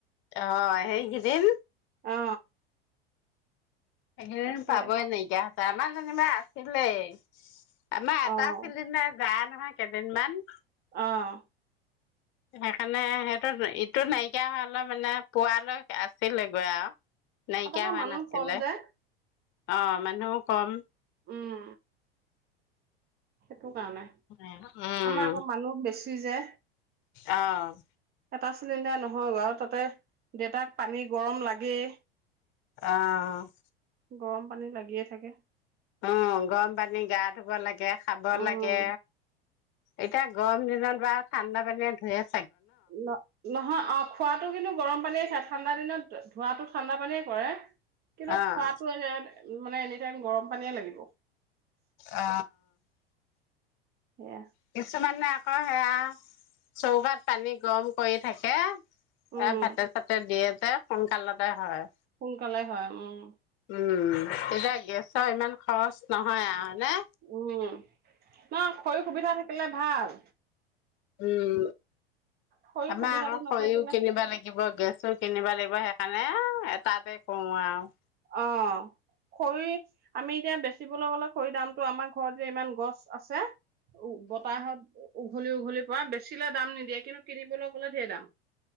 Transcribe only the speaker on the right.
অ
তাকে
অ
অ'।
আপোনৰ
মানুহ
কম যে।
উম সটো কাৰণে,
আমাৰ আকৌ মানুহ বেছি কিজে
এটা চিলিণ্ডাৰ নহয় গৈ আৰু, তাতে দেউতাক পানী গৰম লাগেই।
গৰম পানী লাগিয়ে থাকে।
উম
ন নহয় অ' খোৱাতটো কিন্তু গৰম পানীয়ে খায়। ঠাণ্ডা দিনত ধোৱাতো ঠাণ্ডা পানীয়ে কৰে। কিন্তু
খোৱাতো এ মানে গৰম পানীয়ে লাগিব।
সেয়া।
উম
সোনকালে হয় উম
উম অ খৰিৰ সুবিধা থাকিলে ভাল৷
খৰি
সুবিধাটো
নাথাকিলে
অ খৰি আমি এতিয়া বেচিবলৈ গ'লে খৰিৰ দামটো আমাৰ ঘৰত যে ইমান গছ আছে। উ বতাহত উঘলি উঘলি পৰা বেচিলে দাম নিদিয়ে কিন্তু কিনিবলৈ গ'লে ঢেৰ দাম৷